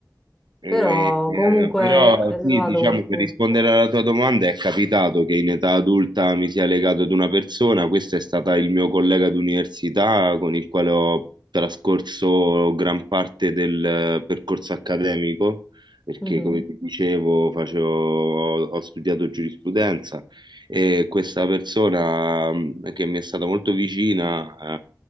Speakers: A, on the right; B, in the centre.
A: eh,
B: però
A: eh,
B: comunque
A: però
B: hai trovato
A: sì, diciamo
B: qualcuno.
A: per rispondere alla tua domanda, è capitato che in età adulta mi sia legato ad una persona. Questo è stata il mio collega d'università con il quale ho trascorso gran parte del eh, percorso accademico, perché
B: Mhm.
A: come ti dicevo, facevo- ho, ho studiato giurisprudenza e questa persona mh, che mi è stata molto vicina. eh,